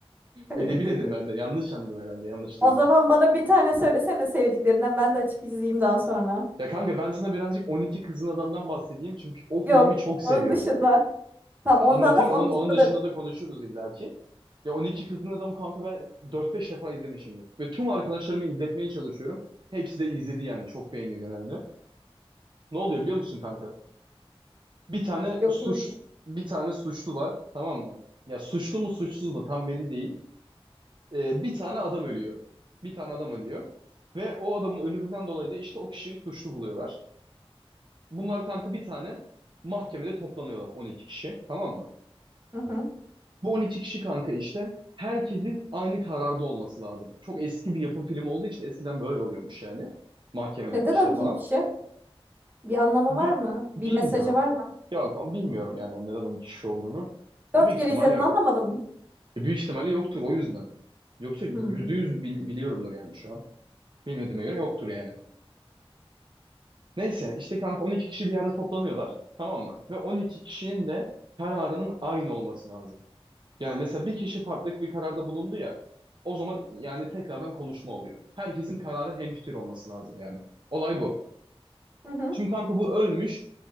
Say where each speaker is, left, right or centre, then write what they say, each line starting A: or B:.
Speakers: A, on the right; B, on the right.
A: <laughs> Öyle
B: Edebi
A: dedim.
B: dedim ben de. Yanlış anladın herhalde. Yanlış duydun.
A: O zaman bana bir tane söylesene sevdiklerinden ben de açıp izleyeyim daha sonra.
B: Ya kanka ben sana birazcık 12 Kızgın Adam'dan bahsedeyim çünkü o filmi
A: Yok
B: çok seviyorum.
A: onun dışında. Tamam
B: A-
A: onu
B: Anlatayım
A: da anlat onun
B: onun onun
A: dışında
B: dışında
A: da
B: da konuşuruz illaki. Ya 12 Kızgın Adam kanka ben dört beş defa izlemişimdir. Ve tüm arkadaşlarımı izletmeye çalışıyorum. Hepsi de izledi yani çok beğeniyor genelde. Ne oluyor biliyor musun kanka? Bir tane
A: yok
B: suç
A: bilmiyorum.
B: bir tane suçlu var tamam mı? Ya suçlu mu suçsuz mu tam belli değil. Ee, bir tane adam ölüyor. Bir tane adam ölüyor. Ve o adamın ölümünden dolayı da işte o kişiyi suçlu buluyorlar. Bunlar kanka bir tane mahkemede toplanıyorlar 12 kişi tamam mı?
A: Hı hı.
B: Bu 12 kişi kanka işte herkesin aynı kararda olması lazım. Çok eski bir yapım filmi olduğu için eskiden böyle oluyormuş yani. Mahkemelerde
A: Neden
B: işte
A: 12
B: falan.
A: kişi? Bir anlamı
B: Bi-
A: var mı?
B: bilmiyorum.
A: Bir mesajı var mı?
B: Yok o- bilmiyorum yani o neden 12 kişi olduğunu. Ya
A: Dört
B: büyük
A: kere
B: ihtimalle
A: izledin
B: yok.
A: anlamadın mı?
B: E, büyük ihtimalle yoktur o yüzden. Yoksa %100
A: Hmm.
B: bil- biliyorumdur yani şu an. Bilmediğime göre yoktur yani. Neyse işte kanka 12 kişi bir yerde toplanıyorlar tamam mı? Ve 12 kişinin de kararının aynı olması lazım. Yani mesela bir kişi farklı bir kararda bulundu ya, o zaman yani tekrardan konuşma oluyor. Herkesin kararı hemfikir olması lazım yani. Olay bu.
A: Hı hı.
B: Şimdi kanka bu ölmüş.